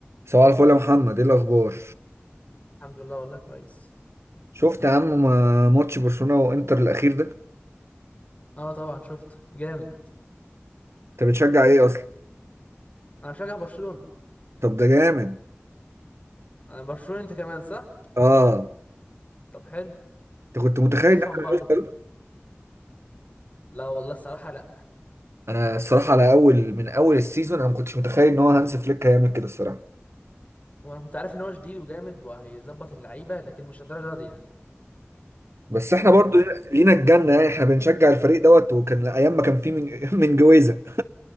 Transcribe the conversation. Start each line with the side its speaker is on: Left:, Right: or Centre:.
Right: صباح الفل يا محمد ايه الاخبار
Left: الحمد لله والله كويس
Right: شفت يا عم ما- ماتش برشلونة وانتر الاخير ده
Left: اه طبعا شفت جامد
Right: انت بتشجع ايه اصلا
Left: انا بشجع برشلونة
Right: طب ده جامد
Left: انا برشلونة انت كمان صح
Right: اه
Left: طب حلو
Right: انت كنت متخيل
Left: نفهم
Right: ان احنا
Left: بعض
Right: هنوصل؟
Left: كده لا والله الصراحة لا
Right: انا الصراحه على اول من اول السيزون انا ما كنتش متخيل ان هو هانز فليك هيعمل كده الصراحه
Left: وانا كنت عارف ان هو شديد وجامد وهيظبط اللعيبة لكن مش الدرجة دي يعني
Right: بس احنا
Left: يعني
Right: برضو لينا الجنه يعني احنا بنشجع الفريق دوت وكان ايام ما كان فيه من <laughs> من جويزه